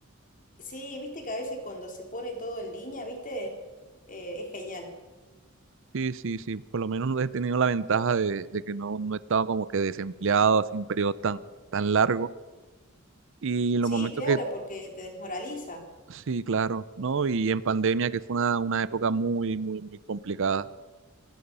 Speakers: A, on the left; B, on the right.
A: Sí, viste que a veces cuando se pone todo en línea, viste, Eh, es genial.
B: Sí, sí, sí, por lo menos he tenido la ventaja de, de que no, no he estado como que desempleado así un periodo tan, tan largo. Y en
A: Sí,
B: los momentos
A: claro,
B: que,
A: porque te desmoraliza.
B: sí, claro, ¿no? Y en pandemia, que fue una, una época muy, muy, muy complicada.